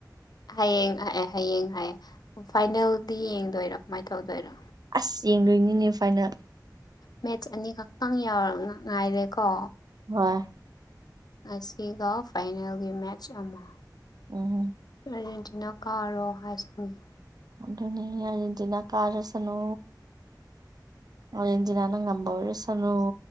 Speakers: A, on the left; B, on the right.
A: ꯍꯌꯦꯡ ꯑꯦ ꯍꯌꯦꯡ ꯍꯥꯏꯌꯦ ꯑꯣ ꯐꯥꯏꯅꯦꯜꯗꯤ ꯌꯦꯡꯗꯣꯏꯔꯥ ꯀꯃꯥꯏꯅ ꯇꯧꯗꯣꯏꯔꯥ
B: ꯑꯁ ꯌꯦꯡꯗꯣꯏꯅꯤꯅꯦ ꯐꯥꯏꯅꯦꯜ
A: ꯃꯦꯠꯆ ꯑꯅꯤꯈꯛꯇꯪ ꯌꯥꯎꯔ ꯉꯥꯏꯔꯦꯀꯣ
B: ꯍꯣꯏ
A: ꯉꯁꯤꯒ ꯐꯥꯏꯅꯦꯜꯒꯤ ꯃꯦꯠꯆ ꯑꯃ
B: ꯑꯣ
A: ꯑꯔꯖꯦꯟꯇꯤꯅꯥ ꯀꯥꯔꯣ ꯍꯥꯏꯁꯤꯅꯤ
B: ꯑꯗꯨꯅꯦ ꯑꯥꯔꯖꯦꯟꯇꯤꯅꯥ ꯀꯥꯔꯁꯅꯨ ꯑꯣ ꯑꯥꯔꯖꯦꯟꯇꯤꯅꯥꯅ ꯉꯝꯕ ꯑꯣꯏꯔꯁꯅꯨ